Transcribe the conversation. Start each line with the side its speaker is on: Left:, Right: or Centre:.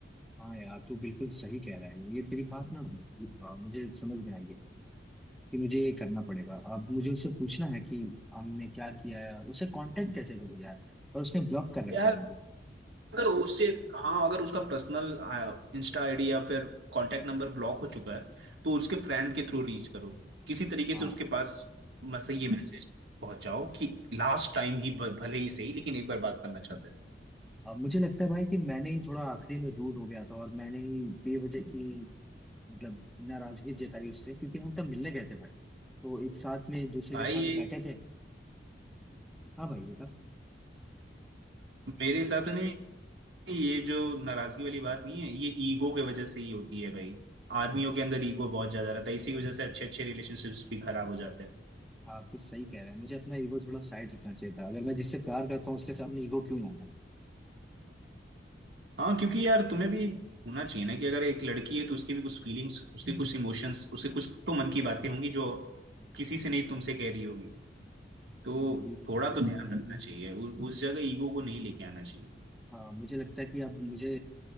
Centre: हाँ यार तू बिल्कुल सही कह रहा है ये तेरी बात ना अ, मुझे समझ में आई है कि मुझे ये करना पड़ेगा अब मुझे उससे पूछना है कि हमने क्या किया है और उसे कांटेक्ट कैसे करूँ यार और उसने ब्लॉक कर रखा
Right: यार
Centre: है मुझे
Right: अगर उससे हाँ अगर उसका पर्सनल इंस्टा आईडी या फिर कांटेक्ट नंबर ब्लॉक हो चुका है तो उसके फ्रेंड के थ्रू रीच करो किसी तरीके
Centre: हाँ
Right: से उसके पास मैसेज ये मैसेज पहुंचाओ कि लास्ट टाइम ही भ- भले ही सही लेकिन एक बार बात करना चाहता है
Centre: अब मुझे लगता है भाई कि मैंने ही थोड़ा आखिरी में रूड हो गया था और मैंने ही बेवजह की मतलब नाराजगी जताई उससे क्योंकि हम तब मिलने गए थे भाई तो एक साथ में एक दूसरे
Right: भाई
Centre: के साथ
Right: ये
Centre: बैठे थे हाँ भाई बता
Right: मेरे हिसाब से ना ये जो नाराजगी वाली बात नहीं है ये ईगो की वजह से ही होती है भाई आदमियों के अंदर ईगो बहुत ज्यादा रहता है इसी की वजह से अच्छे अच्छे रिलेशनशिप्स भी खराब हो जाते हैं
Centre: हाँ तो सही कह रहे हैं मुझे अपना ईगो थोड़ा साइड रखना चाहिए था अगर मैं जिससे प्यार करता हूँ उसके सामने ईगो क्यों लाना
Right: हाँ क्योंकि यार तुम्हें भी होना चाहिए ना कि अगर एक लड़की है तो उसकी भी कुछ फीलिंग्स उसके कुछ इमोशंस उसके कुछ तो मन की बातें होंगी जो किसी से नहीं तुमसे कह रही होगी तो
Centre: हाँ बिल्कुल
Right: थोड़ा तो ध्यान रखना चाहिए उ, उस जगह ईगो को नहीं लेके आना चाहिए
Centre: हाँ मुझे लगता है कि अब मुझे